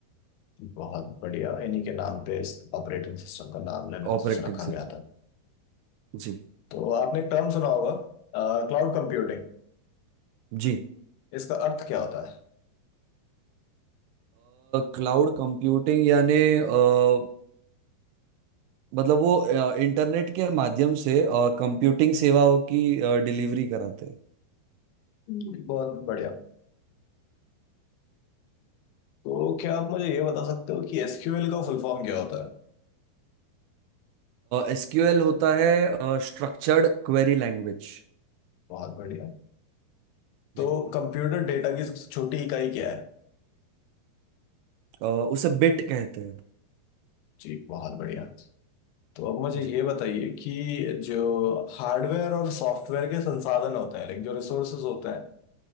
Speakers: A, on the left (about 75°); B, on the right (about 85°).
A: बहुत बढ़िया इन्हीं के नाम पे इस ऑपरेटिंग सिस्टम का नाम लिनक्स
B: Operating
A: रखा गया
B: system
A: था
B: जी
A: तो आपने एक टर्म सुना होगा क्लाउड कंप्यूटिंग
B: जी
A: इसका अर्थ क्या होता
B: क्लाउड कंप्यूटिंग यानी अ, मतलब वो अ, इंटरनेट के माध्यम से कंप्यूटिंग सेवाओं की डिलीवरी कराते हैं
A: है बहुत बढ़िया तो क्या आप मुझे ये बता सकते हो कि एसक्यूएल का फुल फॉर्म क्या होता है
B: एसक्यूएल होता है स्ट्रक्चर्ड क्वेरी लैंग्वेज
A: बहुत बढ़िया
B: जी
A: तो कंप्यूटर डेटा की सबसे छोटी इकाई क्या है
B: अ, उसे बिट कहते हैं
A: जी बहुत बढ़िया तो अब मुझे
B: जी
A: ये बताइए कि जो हार्डवेयर और सॉफ्टवेयर के संसाधन होते हैं लाइक जो रिसोर्सेज होते हैं